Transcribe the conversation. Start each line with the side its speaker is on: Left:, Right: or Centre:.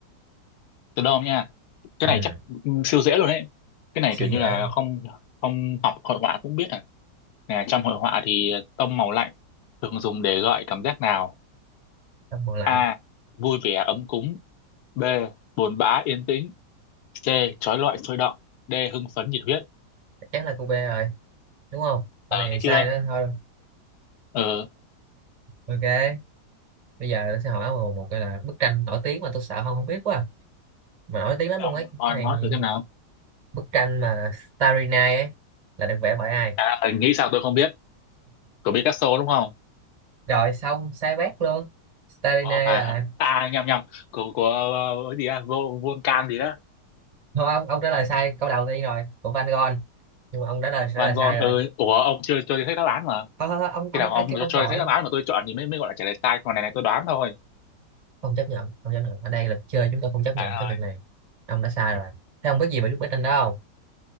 Left: từ đâu nha cái
Right: ừ.
Left: này chắc ừ, siêu dễ luôn đấy cái này
Right: siêu
Left: kiểu
Right: dễ
Left: như là không không học hội họa cũng biết à Nè, trong hội họa thì tông màu lạnh thường dùng để gợi cảm giác nào
Right: tắm mùa lạnh
Left: a vui vẻ ấm cúng b buồn bã yên tĩnh c trói lọi sôi động d hưng phấn nhiệt huyết
Right: chắc chắn là cô B rồi đúng không con
Left: ờ
Right: này
Left: thấy
Right: sai
Left: chưa
Right: đó thôi
Left: ờ
Right: ok bây giờ tôi sẽ hỏi một, một cái là bức tranh nổi tiếng mà tôi sợ không không biết quá à. mà nổi tiếng lắm
Left: thế
Right: luôn
Left: ông
Right: ấy
Left: nói
Right: cái
Left: nói
Right: này
Left: thử xem nào
Right: bức tranh mà Starry Night ấy là được vẽ bởi ai
Left: à, nghĩ sao tôi không biết của Picasso đúng không
Right: rồi xong sai bét luôn Starry
Left: Ủa,
Right: Night
Left: không phải
Right: là
Left: à nhầm nhầm của của ờ, cái gì à vô Volcan gì đó
Right: thôi ông ông trả lời sai câu đầu tiên rồi của Van Gogh nhưng mà ông đã lời trả
Left: Van
Right: lời
Left: Gogh
Right: sai rồi
Left: ừ. ủa ông chưa cho tôi thấy đáp án mà
Right: thôi, thôi, thôi ông ông
Left: khi nào
Right: ai
Left: ông
Right: kêu
Left: cho
Right: ông vội
Left: tôi thấy đáp án mà tôi chọn thì mới mới gọi là trả lời sai còn này này tôi đoán thôi
Right: không chấp nhận không chấp nhận ở đây là chơi chúng tôi không chấp nhận
Left: à,
Right: cái việc này ông đã sai rồi thế ông biết gì về bức tranh đó không